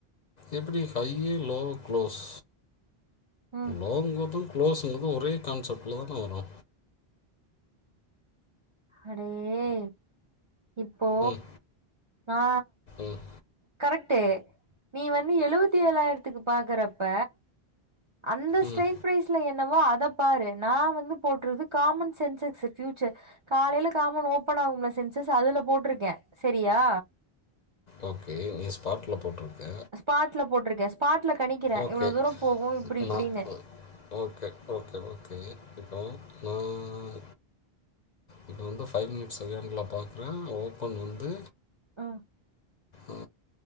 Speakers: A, on the left; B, on the right.
A: எப்டி ஹையு லோ க்ளோஸ்
B: ம்
A: லங்கா தா க்ளோஸுங்றது ஒரே கான்செப்டல தான வரோ
B: அடேய் இப்போ
A: ம்
B: ஆ
A: ம்
B: கரெக்டு நீ வந்து எழுவத்தி ஏழாயிரத்துக்கு பாக்குறப்ப அந்த ஸ்டெரெய்ட்
A: ம்
B: ப்ரைஸ்ல என் என்வோ அத பாரு நா வந்து போட்ரது காமன் சென்சக்ஸ் ஃப்யூச்சர் காலைல காமன் ஓபன் ஆகும்ல சென்சஸ் அதுல போட்ருக்கே சரியா
A: ஓகே நீ ஸ்பாட்ல போட்ரு இங்க
B: ஸ்பாட்ல போட்ருக்கே ஸ்பாட்ல கணிக்கிறே
A: ஓகே
B: இவ்ளோ
A: ம்
B: தூரோ போகு இப்டி இப்டின்னு
A: நா ஓ ஓகே ஓகே இப்போ ம் இப்போ வந்து ஃபைவ் மினிட்ஸ் செகண்டல பார்க்குற ஓபன் வந்து
B: ஆ
A: ஆ